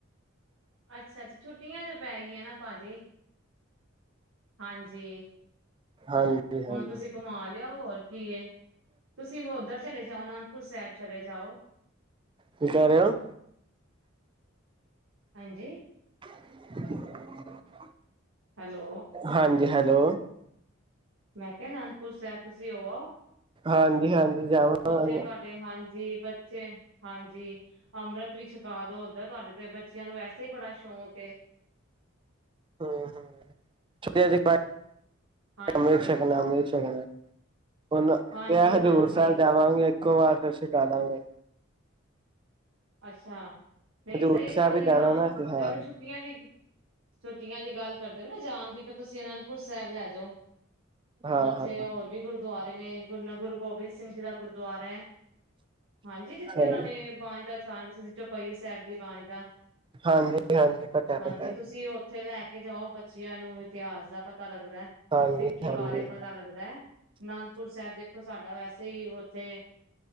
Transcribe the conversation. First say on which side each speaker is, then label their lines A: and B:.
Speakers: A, on the right; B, on the right.
A: ਅੱਛਾ ਅੱਛਾ ਛੁੱਟੀਆਂ ਚ ਪੈ ਗਈਆਂ ਨਾ ਭਾਜੀ ਹਾਂਜੀ
B: ਹਾਂਜੀ ਹਾਂਜੀ
A: ਹੁਣ ਤੁਸੀਂ ਘੁਮਾ ਲਿਆਓ ਹੋਰ ਕੀ ਤੁਸੀਂ ਉੱਧਰ ਚਲੇ ਜਾਓ ਅਨੰਦਪੁਰ ਸਾਹਿਬ ਚਲੇ ਜਾਓ
B: ਕੀ ਕਹਿ ਰਹੇ ਹੋ
A: ਹਾਂਜੀ
B: <unintelligible>
A: ਹੈਲੋ
B: ਹਾਂਜੀ ਹੈਲੋ
A: ਮੈਂ ਕਿਹਾ ਅਨੰਦਪੁਰ ਸਾਹਿਬ ਤੁਸੀਂ ਹੋ ਆਓ
B: ਹਾਂਜੀ ਹਾਂਜੀ ਜਾਵਾਂਗੇ
A: ਉੱਥੇ ਤੁਹਾਡੇ ਹਾਂਜੀ ਹਾਂਜੀ ਅੰਮ੍ਰਿਤ ਵੀ ਛਕਾ ਦੋ ਓਦਾਂ ਤੁਹਾਡੇ ਤੇ ਬੱਚਿਆਂ ਨੂੰ ਵੈਸੇ ਹੀ ਬੜਾ ਸ਼ੌਂਕ
B: ਹਮ <unintelligible>
A: ਹਾਂਜੀ
B: ਅਮ੍ਰਿਤ ਸ਼ਕਣਾ ਅੰਮ੍ਰਿਤ ਛੱਕਣਾ ਉਹਨਾਂ ਕਿਹਾ
A: ਹਾਂਜੀ
B: ਕਿ ਹਜ਼ੂਰ
A: ਹਾਂਜੀ
B: ਸਾਹਿਬ ਜਾਵਾਂਗੇ। ਇਕੋ ਵਾਰ ਫਿਰ ਸ਼ਿਕਾ ਦਾਂਗੇ।
A: ਅੱਛਾ, ਨਹੀਂ
B: ਹਜ਼ੂਰ
A: ਸਹੀ ਗੱਲ
B: ਸਾਹਿਬ ਵੀ ਜਾਣਾ
A: ਹਾਂ
B: ਨਾ ਅਸੀਂ ਹਾਂ
A: ਤੇ ਅਗਰ ਛੁੱਟੀਆਂ ਦੀ ਛੁੱਟੀਆਂ ਦੀ ਗੱਲ ਕਰਦੇ ਪਏ ਓ ਨਾ ਜਾਣ ਦੀ ਫਿਰ ਤੁਸੀਂ ਅਨੰਦਪੁਰ ਸਾਹਿਬ ਲੈ ਜਾਓ।
B: ਹਾਂ
A: ਉੱਥੇ
B: ਹਾਂ
A: ਹੋਰ ਵੀ ਗੁਰ ਦੁਆਰੇ ਨੇ। ਗੁਰ ਗੁਰੂ ਗੋਬਿੰਦ ਸਿੰਘ ਜੀ ਦਾ ਗੁਰਦੁਆਰਾ ਹੈ, ਹਾਂਜੀ ਜਿੱਥੇ
B: ਸਹੀ।
A: ਉਹਨਾਂ ਨੇ ਬਾਣੀ ਦਾ ਛਾਂ ਕਿਸੇ ਦੀ ਚੌਪਈ ਸਾਹਿਬ ਦੀ ਬਾਣੀ ਦਾ
B: ਹਾਂਜੀ ਹਾਂਜੀ ਪਤਾ
A: ਹਾਂਜੀ
B: ਪਤਾ
A: ਤੁਸੀਂ ਉੱਥੇ ਲੈ ਕੇ ਜਾਓ ਬੱਚਿਆਂ ਨੂੰ ਇਤਿਹਾਸ ਦਾ ਪਤਾ ਪਤਾ ਲੱਗਦਾ
B: ਹਾਂਜੀ
A: ਸਿੱਖੀ
B: ਹਾਂਜੀ
A: ਬਾਰੇ ਪਤਾ ਲੱਗਦਾ ਐ, ਅਨੰਦਪੁਰ ਸਾਹਿਬ ਦੇਖੋ ਸਾਡਾ ਵੈਸੇ ਹੀ ਤੇੇ